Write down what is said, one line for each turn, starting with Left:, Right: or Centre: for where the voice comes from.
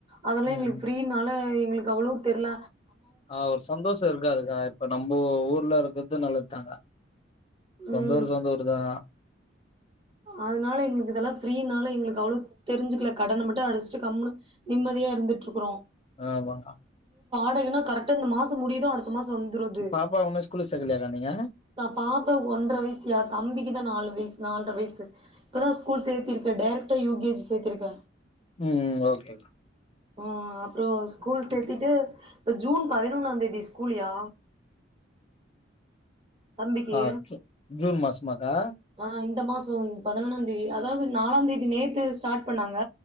Right: அதெல்லா
Left: ம்
Right: எங்களுக்கு ஃரீனால எங்களுக்கு அவ்வளவ் தெரில
Left: ஆஹ ஒரு சந்தோஷ இருக்காதுக்கா இப்ப நம்ம ஊர்ல இருக்கறது நல்ல தாங்கா சொந்தஊர்
Right: ம்
Left: சொந்த ஊர் தா
Right: அதனால எங்களுக்கு இதெல்லா ஃப்ரீனால எங்களுக்கு அவ்வளவ் தெரிஞ்சுக்கல கடன மட்டு அடிச்சிட்டு கம்முனு நிம்மதியா இருந்துட்ருக்குறோ
Left: ஆமா
Right: உனக்கென்ன கரெக்ட்டா இந்த மாச முடியுதோ அடுத்த அடுத்தமாச வந்துருது
Left: பாப்பா உன்னு ஸ்கூலுக்கு சேக்கலையாக்கா நீங்க
Right: நா பாப்ப ஒன்ற வயசியா தம்பிக்கு நாலு வயஸ் நால்ற வயஸ் இப்பதா ஸ்கூல் சேத்திருக்க டேரக்டா யூ கே ஜி சேத்திருக்க
Left: உம் ஓகே
Right: ஆ அப்புற ஸ்கூல் சேத்திட்டு இப்ப ஜூன் பதினொன்னாந் தேதி ஸ்கூல்யா தம்பிக்கு
Left: ஆ சு ஜுன் மாசமாக்கா
Right: ஆ இந்த மாச பதினொன்னாந்தேதி அதாவது நாலாந்தேதி நேத்து ஸ்டார்ட் பண்ணாங்க